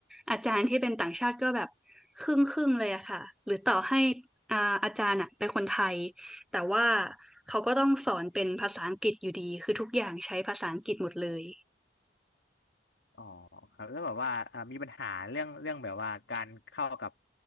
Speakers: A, in the centre; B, on the left (about 75°).
A: อาจารย์ที่เป็นต่างชาติก็แบบครึ่งครึ่งเลยอะค่ะหรือต่อให้อ่าอาจารย์อะเป็นคนไทยแต่ว่าเขาก็ต้องสอนเป็นภาษาอังกฤษอยู่ดีคือทุกอย่างใช้ภาษาอังกฤษหมดเลย
B: อ๋อครับแล้วแบบว่าอ่ามีปัญหาเรื่องเรื่องแบบว่าการเข้ากับ